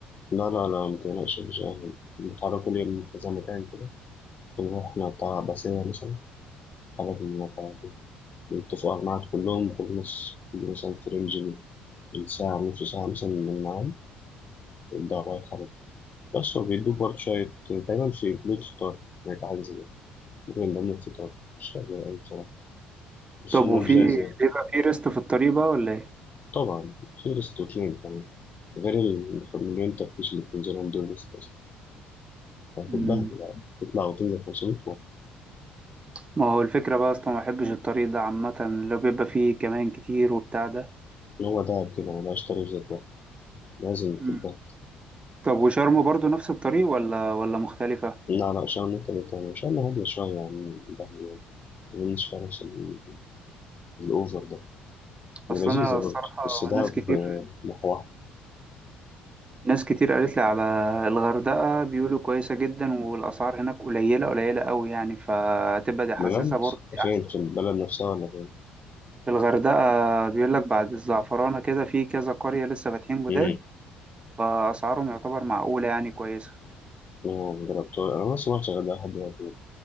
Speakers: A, on the left; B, on the right.
A: لا لا لا متقلقش مش أهم نتعرف كل يوم في كذا مكان كده ونروحنا بتاع باسية مثلا حاجة في الموقع دي نتفق على الميعاد كلهم كل نص مثلا في رينج الساعة نص ساعة مثلا من الميعاد ده رايح حاجة بس هو بيدوك برضه شوية دايما في جلود فطار يعني حاجة زي كده ممكن من ضمن الفطار مش فاكر أوي بصراحة بس
B: طب
A: هما
B: وفي
A: لزاز يعني
B: بيبقى في ريست في الطريق بقى ولا ايه
A: طبعا في ريستوتين كمان غير المليون تفتيش اللي بتنزلهم دول بس بس هتتبهدل
B: مم.
A: يعني تطلع وتنزل 500
B: ما هو الفكرة بقى أصلا ما بحبش الطريق ده عامة لو بيبقى فيه كمان كتير وبتاع ده
A: هو تعب كده ولا اشتري في ده لازم
B: مم.
A: تبقى
B: طب وشرم برضو نفس الطريق ولا ولا مختلفة؟
A: لا لا شعر نكتة تاني شعر هادية شوية يعني ده يعني مش فيها نفس ال- الأوفر ده ولذيذة
B: أصل أنا
A: برضه
B: الصراحة
A: بس ده
B: ناس كتير
A: بمحوها
B: ناس كتير قالت لي على الغردقة بيقولوا كويسة جدا والأسعار هناك قليلة قليلة أوي يعني فتبقى دي حاسسها
A: بجد
B: برضه دي
A: فين
B: أحسن
A: في البلد نفسها ولا فين؟
B: في الغردقة بيقول لك بعد الزعفرانة كده في كذا قرية لسه فاتحين
A: امم
B: جداد فأسعارهم يعتبر معقولة يعني كويسة
A: أنا مجربتها أنا ما سمعتش غير ده لحد دلوقتي